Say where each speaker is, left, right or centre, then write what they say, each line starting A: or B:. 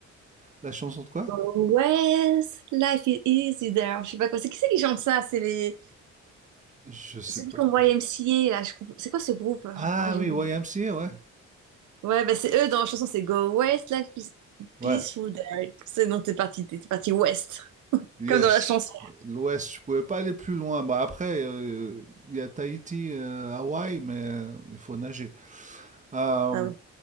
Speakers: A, on the right (about 25°); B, on the right (about 75°).
A: La chanson de quoi
B: Always, life is easy there. Je sais pas quoi. C'est qui c'est qui chante ça? C'est les...
A: Je sais
B: ceux qui
A: pas.
B: font YMCA, là. je conf- C'est quoi ce groupe?
A: Ah
B: Ah, j'ai
A: oui,
B: oublié.
A: YMCA, ouais.
B: Ouais, bah c'est eux dans la chanson, c'est Go West, like peace-
A: Ouais,
B: peaceful day. C'est non, t'es parti, t'es parti West,
A: Yes,
B: comme dans la chanson.
A: l'Ouest, je pouvais pas aller plus loin. Bah après, euh, il y a Tahiti, euh, Hawaï, mais euh, il faut nager. Euh,
B: Ah oui.